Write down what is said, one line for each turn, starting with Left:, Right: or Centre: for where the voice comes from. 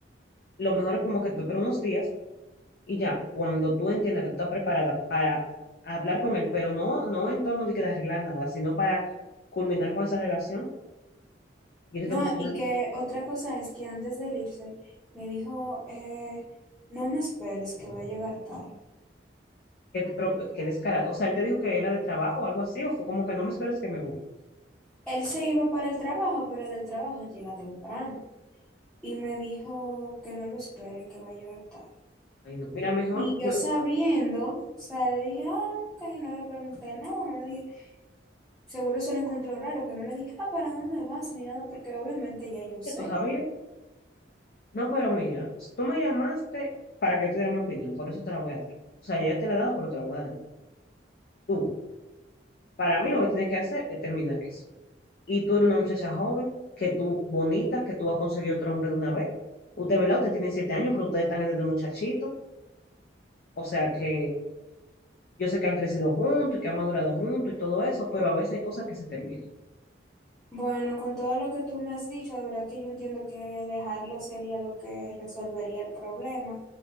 Left: Lo mejor es como que tú esperas unos días y ya, cuando tú entiendas que tú estás preparada para hablar con él, pero no, no en torno de que de arreglar nada, sino para culminar con esa relación. Yo entiendo
Centre: No,
Left: que tú
Centre: y que otra cosa es que antes de él irse me dijo, eh, no me esperes que voy a llegar tarde.
Left: Qué, te- pero, qué descarado. O sea, él te dijo que era de trabajo o algo así, o fue como que no me esperes que me voy.
Centre: Él se iba para el trabajo, pero del trabajo él llega temprano y me dijo que no lo espere, que va a llegar tarde.
Left: Ay, no. Mira, mejor,
Centre: Y
Left: no,
Centre: yo sabiendo, o sea, le dije, ah, ok, no le pregunté nada, no le dije. Seguro se lo encontró raro, que no le dije, ah, ¿para dónde vas? Ni nada, porque obviamente ya yo sé.
Left: ya tú sabías. No, pero mira, si tú me llamaste para que yo te diera mi opinión, por eso te la voy a dar. O sea, ya te la he dado, pero te la voy a dar. Tú, para mí lo que tienes que hacer es terminar eso. Y tú eres una muchacha joven, que tú, bonita, que tú has conseguido otro hombre de una vez. Usted, ¿verdad? Usted tiene siete años, pero ustedes están desde muchachito. O sea que yo sé que han crecido juntos, y que han madurado juntos y todo eso, pero a veces hay cosas que se terminan.
Centre: Bueno, con todo lo que tú me has dicho, de verdad que yo entiendo que dejarlo sería lo que resolvería el problema.